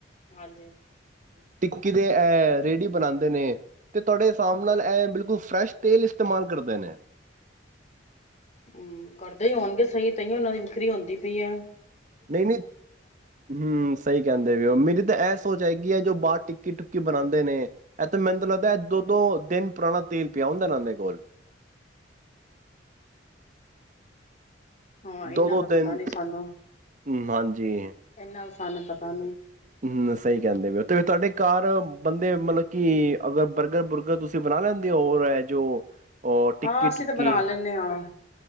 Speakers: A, on the left; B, on the right.
A: ਹਾਂਜੀ
B: ਕਿਤੇ ਇਹ ਰੇਹੜੀ ਬਣਾਉਂਦੇ ਨੇ ਅਤੇ ਤੁਹਾਡੇ ਹਿਸਾਬ ਨਾਲ ਇਹ ਬਿਲਕੁਲ ਫਰੈਸ਼ ਤੇਲ ਇਸਤੇਮਾਲ ਕਰਦੇ ਨੇ
A: ਹਮ ਕਰਦੇ ਹੀ ਆਉਣਗੇ ਸਹੀ ਤਹੀ ਉਹਨਾਂ ਦੀ ਵਿਖਰੀ ਆਉਂਦੀ ਪਈ ਆ
B: ਨਹੀਂ ਨਹੀਂ ਹਮ ਸਹੀ ਕਹਿੰਦੇ ਵੀ ਉਹ ਮੇਰੀ ਤਾਂ ਐ ਸੋਚਏਗੀ ਹੈ ਜੋ ਬਾਹਰ ਟਿੱਕੀ ਟੁੱਕੀ ਬਣਾਉਂਦੇ ਨੇ ਇਹ ਤੇ ਮੈਨੂੰ ਲੱਗਦਾ ਦੋ ਦੋ ਦਿਨ ਪੁਰਾਣਾ ਤੇਲ ਪਿਆ ਹੁੰਦਾ ਨਾਦੇ ਕੋਲ
A: ਹਾਂ ਇਹਨਾਂ
B: ਦੋ ਦੋ
A: ਦਾ ਪਤਾ
B: ਦਿਨ
A: ਨੀ ਸਾਨੂੰ
B: ਹਮ, ਹਾਂਜੀ
A: ਇਹਨਾਂ ਦਾ ਸਾਨੂੰ ਪਤਾ ਨੀ
B: ਹਮ ਸਹੀ ਕਹਿੰਦੇ ਵੀ ਤੇ ਤੁਹਾਡੇ ਘਰ ਬੰਦੇ ਮਤਲਬ ਕਿ ਅਗਰ ਬਰਗਰ ਬੁਰਗਰ ਤੁਸੀਂ ਬਣਾ ਲੈਂਦੇ ਹੋ ਹੋਰ ਹੈ ਜੋ ਉਹ ਟਿੱਕੀ
A: ਹਾਂ ਅਸੀਂ
B: ਟੁੱਕੀ
A: ਤਾਂ ਬਣਾ ਲੈਂਦੇ ਹਾਂ